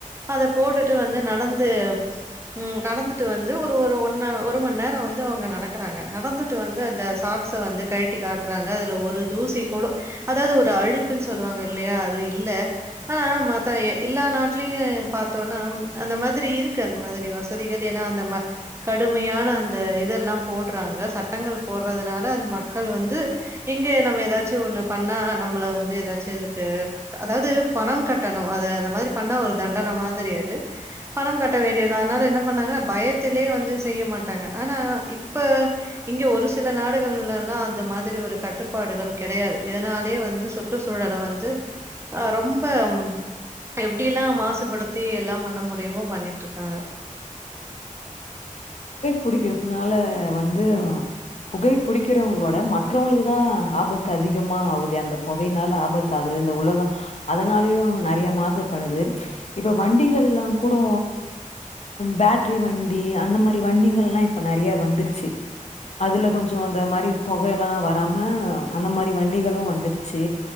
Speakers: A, on the right; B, on the left.
A: அத போட்டுட்டு வந்து நடந்து ம் நடந்துட்டு வந்து ஒரு ஒரு ஒன்னவர் ஒரு மண் நேரோ வந்து அவுங்க நடக்கறாங்க நடந்துட்டு வந்து அந்த சாக்ஸ்ஸ வந்து கழட்டி காட்றாங்க அதுல ஒரு தூசி குடோ அதாவது ஒரு அழுக்குன் சொல்லுவாங்க இல்லையா அது இல்ல ஆனா மத் எல்லா நாட்டுலயு பாத்தோன்னா அந்த மாதிரி இருக்கு அந்த மாதிரி வசதிகள் ஏன்னா அந்த மா கடுமையான அந்த இதெல்லா போட்றாங்க சட்டங்கள் போட்றதுனால அந்த மக்கள் வந்து இங்கே நம்ம ஏதாச்சு ஒண்ணு பண்ணா நம்மள வந்து ஏதாச்சு இதுக்கு அதாவது பணம் கட் டணு அது அந்த மாதிரி பண்ண ஒரு தண்டன மாதிரி அது பணம் கட்ட வேண்டிய அதனால என்ன பண்ணாங்கன்ன பயத் துலையே வந்து செய்ய மாட்டாங்க ஆனா இப்ப இங்க ஒரு சில நாடுகள்லல்லா அந்த மாதிரி ஒரு கட்டுப்பாடுகள் கெடையாது இதனாலயே வந்து சுற்றுச்சூழல வந்து அ ரொம்ப ம் எப்டியெல்லா மாசுபடுத்தி எல்லாம் பண்ண முடியுமோ பண்ணிட்ருக்காங்க
B: புடிக்குறதுனால வந்து புகை புடிக்குறோவங்களோட் ட மற்றோங்களுக்கு தா ஆபத்து அதிகமா ஆவுதே அந்த புகையினால ஆபத்து ஆகுது இந்த உலகோ அதனால் னாலயு நெறைய மாசுப்படுது இப்ப வண்டி கள்ளா கூடோ பேட்ரி வண்டி அந்த மாதிரி வண்டிங்கள்ளா இப்ப நெறைய வந்துரிச் சி அதுல கொஞ்சோ அந்த மாரி பொக எல்லா வராம அந்த மாரி வண்டிகளும் வந்துடுச்சி